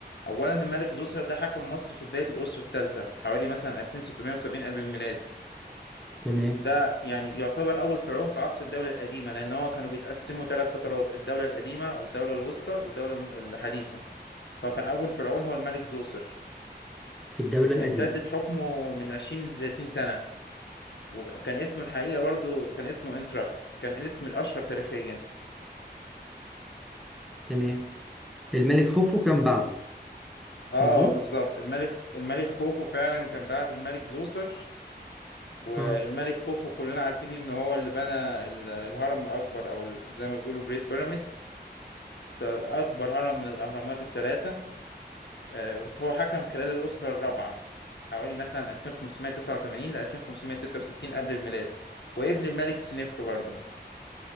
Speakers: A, on the left; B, in the centre.
A: اولا الملك زوسر ده حكم مصر في بدايه الاسره الثالثه حوالي مثلا 2670 قبل الميلاد
B: تمام
A: ده يعني يعتبر اول فرعون في عصر الدوله القديمه لان هو كانوا بيتقسموا ثلاث فترات الدوله القديمه او الدوله الوسطى والدوله الم- الحديثه فكان اول فرعون هو الملك زوسر
B: في الدولة
A: امتدت
B: القديمة
A: حكمه من 20 ل 30 سنه وكان اسمه الحقيقة برضو كان اسمه انتراخت كان الاسم الأشهر تاريخيا
B: تمام الملك خوفو كان بعده
A: اه
B: مظبوط؟
A: بالظبط الملك الملك خوفو فعلا كان بعد الملك زوسر والملك
B: آه
A: خوفو كلنا عارفين ان هو اللي بنى ال- الهرم الأكبر او ال- زي ما بيقولوا جريت بيراميد أكبر هرم من الأهرامات الثلاثة آه، بس هو حكم خلال الأسرة الرابعة حوالي مثلا 2589 ل 2566 قبل الميلاد وابن الملك سنفر برضه